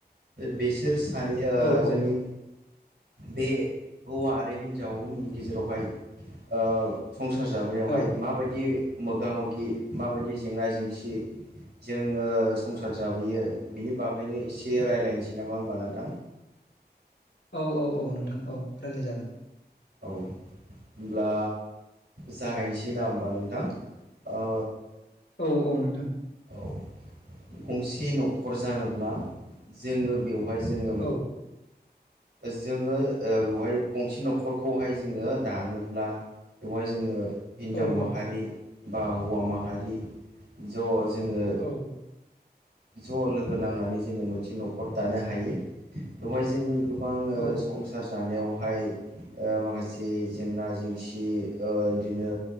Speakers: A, on the right; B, on the left.
A: बिसोर सानै ओ
B: औ
A: जोंनि
B: औ
A: बे हौवा आरो हिन्जावनि गेजेरावहाय ओ संसार जाबोनायावहाय
B: औ
A: माबायदि मोगा मोगि माबायदि जेंना जेंसि जोङो संसार जाबोयो बिनि बागैनो एसे रायलायनोसै नामा होनोमबा नोंथां?
B: औ औ औ नोंथां औ रायलायजागोन।
A: औ होमब्ला जागायनोसै ना होनबा नोंथां ओ
B: औ औ नोंथां।
A: औ गंसे न'खर जानोब्ला जोङो बेवहाय जोङो
B: औ
A: जोङो बेवहाय गंसे न'खरखौहाय जोङो दानोब्ला बेवहाय जोङो हिन्जाव
B: औ
A: माहारि
B: औ
A: बा हौवा माहारि ज' जोङो
B: औ
A: ज' लोगो नांनानै जोङो मोनसे न'खर दानो हायो बेवहाय जोङो गोबां ओ
B: औ
A: सं सार जानायावहाय ओ माखासे जेंना जेंसि ओ इदिनो